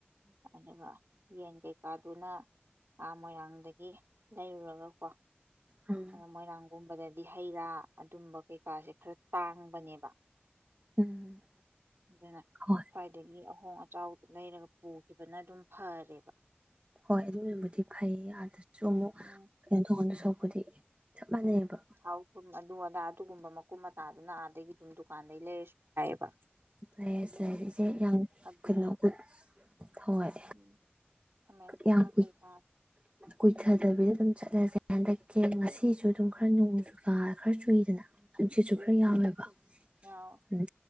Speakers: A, on the right (about 75°); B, on the right (about 30°).
A: ꯑꯗꯨꯒ ꯌꯦꯟ ꯀꯩꯀꯥꯗꯨꯅꯥ ꯃꯣꯏꯔꯥꯡꯗꯒꯤ ꯂꯩꯔꯨꯔꯒꯀꯣ ꯑꯗꯨꯒ ꯌꯦꯟ ꯀꯩ ꯀꯥꯗꯨꯅ ꯑꯥ ꯃꯣꯏꯔꯥꯡꯗꯒꯤ ꯂꯩꯔꯨꯔꯥꯒ ꯀꯣ
B: ꯑꯥ
A: ꯃꯣꯏꯔꯥꯡꯒꯨꯝꯕꯗꯗꯤ ꯍꯩ ꯔꯥ ꯑꯗꯨꯝꯕ ꯀꯩꯀꯥꯁꯦ ꯈꯔ ꯇꯥꯡꯕꯅꯦꯕ
B: ꯎꯝ
A: ꯑꯗꯨꯅ
B: ꯍꯣꯏ
A: ꯁ꯭ꯋꯥꯏꯗꯒꯤ ꯑꯍꯣꯡ ꯑꯆꯥꯎꯗꯨ ꯂꯩꯔꯒ ꯄꯨꯈꯤꯕꯅ ꯑꯗꯨꯝ ꯐꯔꯦꯕ
B: ꯍꯣꯏ ꯑꯗꯨꯅꯕꯨꯗꯤ ꯐꯩ ꯑꯥꯗ ꯁꯨ ꯑꯃꯨꯛ
A: ꯎꯝ
B: ꯀꯩꯅꯣ ꯊꯣꯡꯗꯣꯏ ꯁꯔꯨꯛꯄꯨꯗꯤ ꯆꯞ ꯃꯥꯟꯅꯩꯑꯕ
A: ꯎꯝ ꯊꯥꯎ ꯊꯨꯝ ꯑꯗꯨ ꯑꯗꯥ ꯑꯗꯨꯒꯨꯝꯕ ꯃꯀꯨꯞ ꯃꯇꯥꯗꯨꯅ ꯑꯥꯗꯒꯤ ꯑꯗꯨꯝ ꯗꯨꯀꯥꯟꯗꯩ ꯂꯩꯁꯨ ꯌꯥꯏꯕ
B: ꯂꯩꯔꯖꯦ ꯏꯆꯦ ꯌꯥꯝ
A: ꯊꯕꯤ
B: ꯀꯨꯏꯅ <inaudible> ꯍꯣꯏ
A: ꯎꯝ ꯈꯥꯃꯦꯟ ꯑꯁꯤꯟꯕ
B: ꯌꯥꯝ ꯀꯨꯏ
A: ꯀꯩꯀꯥ
B: ꯀꯨꯏꯊꯗꯕꯤꯗ ꯑꯗꯨꯝ ꯆꯠꯂꯁꯦ ꯍꯟꯗꯛꯇꯤ ꯉꯁꯤꯁꯨ ꯑꯗꯨꯝ ꯈꯔ ꯅꯣꯡ ꯑ ꯈꯔ ꯆꯨꯏꯗꯅ ꯅꯨꯡꯁꯤꯠꯁꯨ
A: ꯀꯨꯏ
B: ꯈꯔ
A: ꯀꯨꯏꯅ
B: ꯌꯥꯎꯑꯦꯕ
A: ꯌꯥꯎ
B: ꯎꯝ